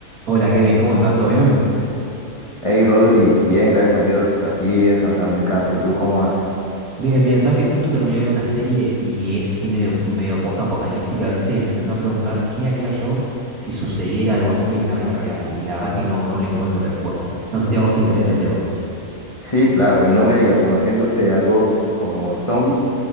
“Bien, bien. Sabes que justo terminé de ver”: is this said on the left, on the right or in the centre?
Right